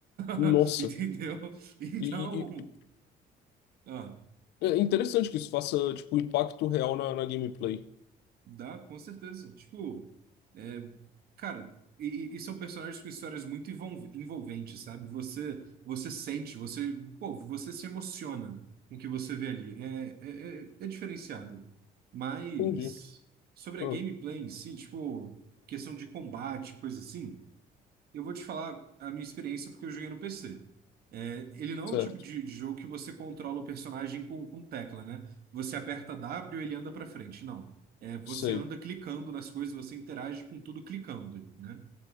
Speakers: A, on the left (about 80°); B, on the right (about 65°).
A: Nossa.
B: <laughs> Entendeu? Então,
A: E, e- e-
B: ah,
A: é interessante que isso faça, tipo, impacto real na, na gameplay.
B: Dá, com certeza. Tipo, é, cara, e, e e são personagens com histórias muito envol- envolventes, sabe? Você, você sente, você, pô, você se emociona com o que você vê ali. É, é, é, é diferenciado. Mas
A: Entendi.
B: sobre
A: Ah,
B: a gameplay em si, tipo, questão de combate, coisa assim. Eu vou te falar a minha experiência porque eu joguei no PC. É, ele não
A: certo.
B: é o tipo de, de jogo que você controla o personagem com, com tecla, né? Você aperta W e ele anda pra frente. Não. É, você
A: Sei.
B: anda clicando nas coisas, você interage com tudo clicando, né?